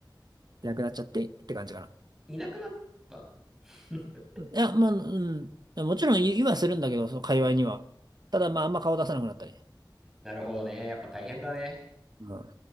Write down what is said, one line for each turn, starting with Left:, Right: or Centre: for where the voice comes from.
Right: いなくなっちゃってって感じかな。
Centre: いなくなったの <laughs>
Right: うんいや、まあ、うん。もちろん言いはするんだけど、その界隈には。
Centre: うん。
Right: ただ、まあ、あんま顔出さなくなったり。
Centre: なるほどね。やっぱ大変だね。
Right: うん